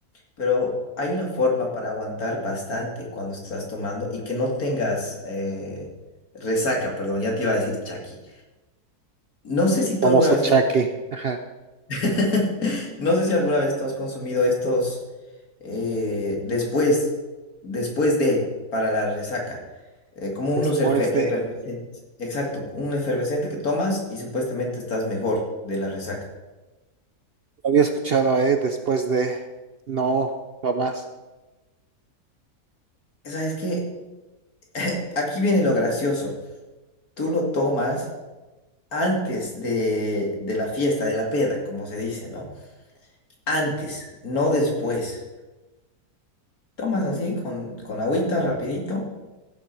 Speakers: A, on the left (about 70°); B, on the right (about 55°).
A: pero hay una forma para aguantar bastante cuando estás tomando y que no tengas eh, resaca, perdón, ya te iba a decir Chucky. No sé si tú
B: Famoso
A: alguna vez
B: chaque.
A: has...
B: Ajá.
A: <laughs> No sé si alguna vez tú has consumido estos. eh, después, después de, para la resaca, eh, como
B: Después
A: unos erfe-
B: de,
A: efervescentes. Exacto, un efervescente que tomas y supuestamente estás mejor de la resaca.
B: lo había escuchado, ¿eh? Después de, no, jamás.
A: ¿Sabes que <laughs> Aquí viene lo gracioso. Tú lo tomas antes de, de la fiesta, de la peda, como se dice, ¿no? Antes, no después. Tomas así con, con agüita, rapidito.